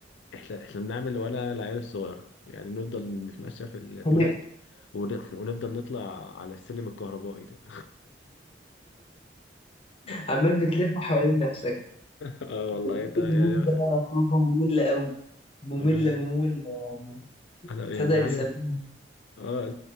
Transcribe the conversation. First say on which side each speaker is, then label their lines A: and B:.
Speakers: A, on the left; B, on the left.
A: احنا احنا بنعمل وانا العيال الصغيره يعني بنفضل نتمشى في المولات
B: <laughs>
A: ون- ونفضل نطلع على السلم الكهربائي ده <laughs>
B: عمال
A: <laughs>
B: بتلف حوالين نفسك
A: اه والله
B: بجد
A: انت يعني
B: المول ده خروجه مملة قوي مملة
A: بز...
B: مملة يعني
A: انا
B: تصدق
A: يعني
B: اللي
A: عارف
B: سموه
A: اه